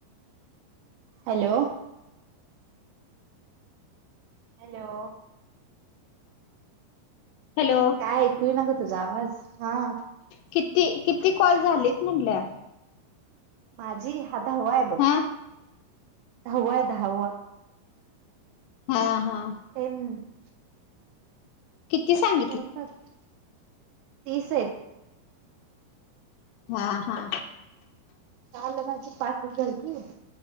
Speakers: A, on the right; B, on the left.
A: हॅलो, हॅलो
B: हॅलो,
A: काय ऐकू येईना ग तुझा आवाज. हा
B: किती -किती कॉल झालेत म्हटल्या?
A: माझी हा धावा आहे बघ,
B: हा
A: धाव आहे धावा.
B: हा हा.
A: तन <unintelligible>
B: किती सांग?
A: करून टाक की, तीस आहेत.
B: हा हा...
A: काल माझी पाचच झालती,